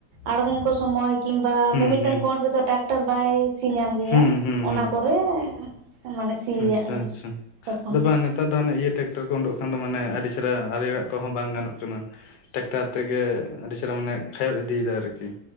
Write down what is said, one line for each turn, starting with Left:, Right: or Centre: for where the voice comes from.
Right: ᱟᱲᱜᱚᱢ ᱠᱚ ᱥᱚᱢᱚᱭ ᱠᱤᱝᱵᱟ
Left: ᱦᱩᱸ
Right: ᱢᱤᱢᱤᱫᱴᱟᱹᱝ
Left: ᱦᱩᱸ
Right: ᱠᱚᱸᱰ ᱨᱮᱫᱚ ᱴᱟ ᱴᱟᱨ ᱵᱟᱭ ᱥᱤ ᱧᱟᱢ ᱜᱮᱭᱟ
Left: ᱦᱩᱸ ᱦᱩᱸ ᱦᱩᱸ
Right: ᱚᱱᱟ ᱠᱚᱨᱮ ᱢᱟᱱᱮ ᱥᱤᱭᱟᱜ
Left: ᱟᱪᱪᱷᱟ
Right: ᱟᱞᱮ
Left: ᱟᱪᱪᱷᱟ
Right: ᱛᱚᱠᱷᱚᱱ
Left: ᱟᱫᱚ ᱵᱟᱝ ᱱᱮᱛᱟᱨ ᱫᱚ ᱦᱟᱱᱮ ᱤᱭᱟᱹ ᱴᱮᱠᱴᱟᱨ ᱠᱚ ᱩᱱᱰᱳᱠ ᱠᱟᱱ ᱫᱚ ᱢᱟᱱᱮ ᱟᱹᱰᱤ ᱪᱮᱦᱨᱟ ᱟᱨᱮᱲᱟᱜ ᱠᱚᱦᱚ ᱵᱟᱝ ᱜᱟᱱᱚᱜ ᱠᱟᱱᱟ ᱴᱮᱠᱴᱟᱨ ᱛᱮᱜᱮ ᱟᱹᱰᱤ ᱪᱮᱦᱨᱟ ᱢᱟᱱᱮ ᱠᱷᱟᱭᱚᱫ ᱤᱫᱤᱭ ᱫᱟᱭ ᱟᱨᱠᱤ